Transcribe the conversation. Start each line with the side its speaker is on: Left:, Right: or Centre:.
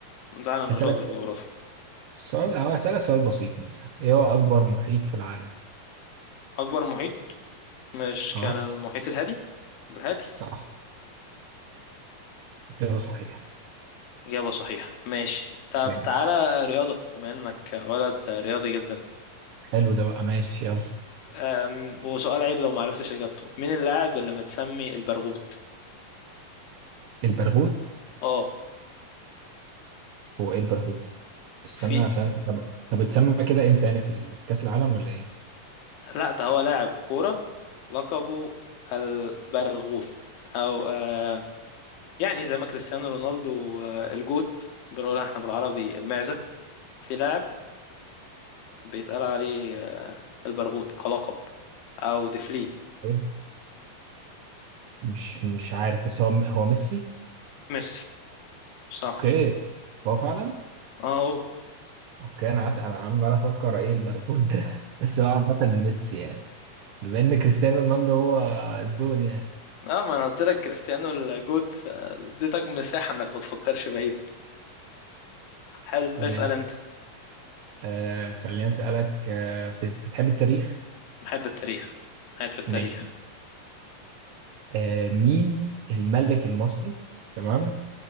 Left: تعالى انا
Right: هسالك
Left: شاطر
Right: سؤال
Left: جغرافيا
Right: سؤال- أو هسالك سؤال بسيط مثلا ايه هو اكبر محيط في العالم
Left: اكبر محيط مش
Right: اه
Left: كان المحيط الهادي الهادي
Right: صح اجابه صحيحه
Left: إجابة صحيحة ماشي طب
Right: جامد
Left: تعالى رياضة بما إنك ولد رياضي جدا
Right: حلو ده بقى ماشي يلا
Left: أم وسؤال عيب لو معرفتش إجابته مين اللاعب اللي متسمي البرغوت؟
Right: البرغوث
Left: اه
Right: هو ايه البرغوث ده استنى
Left: في
Right: عشان طب طب اتسمى كده امتى يعني في ال... في كأس العالم ولا ايه؟
Left: لا ده هو لاعب كورة لقبه البرغوث أو آه، يعني زي ما كريستيانو رونالدو آه، الجوت بنقولها احنا بالعربي المعزة في لاعب بيتقال عليه آه، البرغوت كلقب او ديفلي
Right: طيب. مش مش عارف بس هو هو ميسي
Left: ميسي صح
Right: اوكي هو فعلا
Left: اهو
Right: اوكي انا قعدت انا عمال افكر ايه الباركود ده <laughs> بس هو عامة ميسي يعني بما ان كريستيانو رونالدو هو الدون يعني
Left: اه ما انا قلت لك كريستيانو الجوت فاديتك مساحة انك ما تفكرش بعيد حلو
Right: ماشي
Left: اسأل انت
Right: آه خليني اسالك آه بت- بتحب التاريخ؟
Left: بحب التاريخ قاعد في التاريخ
Right: ماشي آه مين الملك المصري تمام